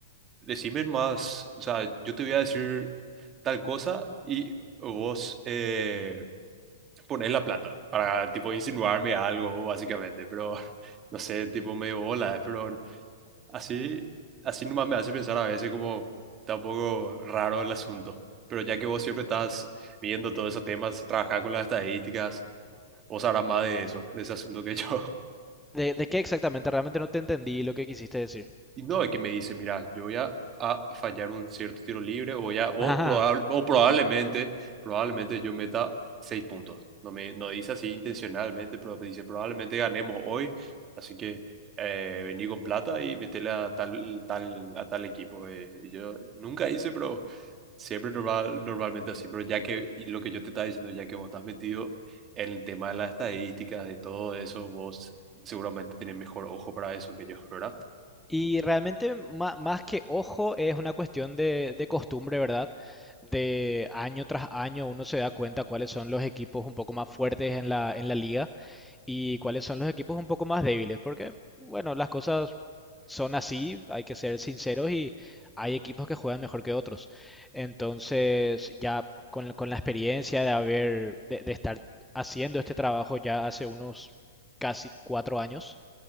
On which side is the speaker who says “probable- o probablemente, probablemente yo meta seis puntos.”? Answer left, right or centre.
Right